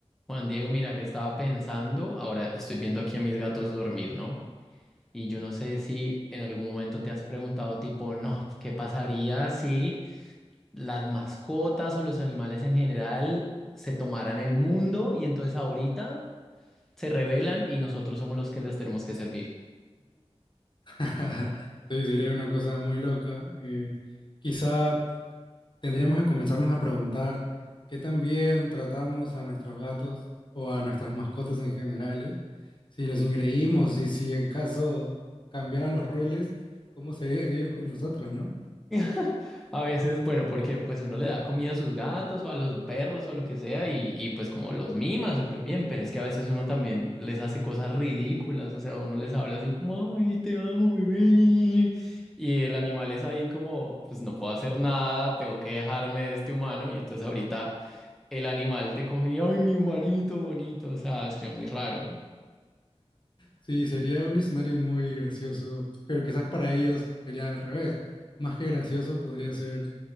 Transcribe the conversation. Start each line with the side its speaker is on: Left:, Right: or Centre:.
Centre: Juan Diego, mira que estaba pensando, ahora estoy viendo aquí a mis gatos dormir, ¿no? Y yo no sé si en algún momento te has preguntado tipo, no, ¿qué pasaría si las mascotas o los animales en general se tomaran el mundo y entonces ahorita se rebelan y nosotros somos los que les tenemos que servir?
Left: <laughs> Sí, sería una cosa muy loca. Eh, quizá tendríamos que comenzarnos a preguntar qué tan bien tratamos a nuestros gatos o a nuestras mascotas en generales, si los ingreímos y si en caso cambiaran los roles, cómo serían ellos con nosotros, ¿no?
Centre: <laughs> A veces, bueno, porque pues uno le da comida a sus gatos o a los perros o lo que sea y, y, pues como los mima súper bien, pero es que a veces uno también les hace cosas ridículas, o sea, uno les habla así como, ay, te amo, bebé, y el animal es ahí como, pues no puedo hacer nada, tengo que dejarme de este humano y entonces ahorita el animal te coge y, ay, mi humanito bonito, o sea, sería muy raro.
Left: Sí, sería un escenario muy gracioso, pero quizás para ellos sería al revés. Más que gracioso, podría ser